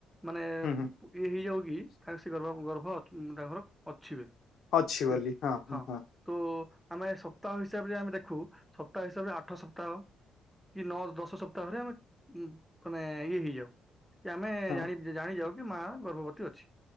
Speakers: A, in the centre; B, on the left (about 70°).
A: ମାନେ ଇଏ
B: ହୁଁ ହୁଁ
A: ହେଇଯାଉ କି ତାଙ୍କ ସେ ଗର୍ ଗର୍ଭ ହଁ ତା ଘର ଅଛିିବେ
B: ଅଛି
A: ବୁଝ-
B: ବୋଲି ହଁ ହଁ।
A: ତ ଆମେ ସପ୍ତାହ ହିସାବରେ ଆମେ ଦେଖୁ ସପ୍ତାହ ହିସାବରେ ଆଠ ସପ୍ତାହ କି ନଅ ଦଶ ସପ୍ତାହରେ ଆମେ ମାନେ ଇଏ ହେଇଯାଉ କି ଆମେ
B: ହଁ
A: ଜାଣି ଜାଣି ଯାଉ କି ମା ଗର୍ଭବତୀ ଅଛି।